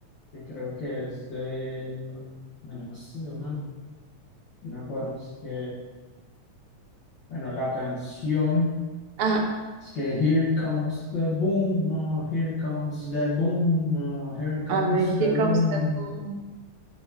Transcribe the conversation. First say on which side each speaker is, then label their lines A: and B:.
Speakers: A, on the left; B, on the right.
A: que creo que es de. Bueno, no no, no sé, no me acuerdo. Es que, bueno, la canción
B: ajá.
A: es que Here comes the boom, oh, here comes the boom, oh, here comes
B: A ver, Here
A: the
B: Comes
A: boom.
B: the Boom.